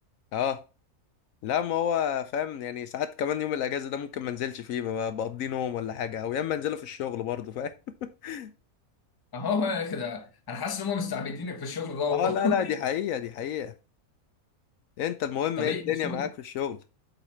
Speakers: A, on the left (about 70°); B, on the left (about 20°).
A: آه لا ما هو فاهم يعني ساعات كمان يوم الأجازة ده ممكن ما انزلش فيه ب- بقضي نوم ولا حاجة أو يا إما انزله في الشغل برضه فاهم <laughs>
B: اهو بقى كده انا حاسس ان هم مستعبدينك في الشغل ده والله
A: آه لا لا دي حقيقة
B: <laughs>
A: دي حقيقة أنت المهم
B: طب
A: إيه
B: ايه
A: الدنيا
B: الشغل
A: معاك في الشغل